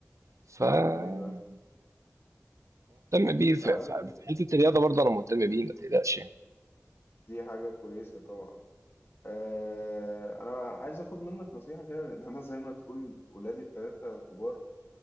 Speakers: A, on the right; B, on the left.
A: فمهتم
B: ايوه
A: بيه في
B: لا
A: في- في حتة الرياضة برضه أنا مهتم بيه ما تقلقش يعني
B: دي حاجة كويسة طبعا آه أنا عايز أخد منك نصيحة كده لأن أنا زي ما تقول ولادي التلاتة كبار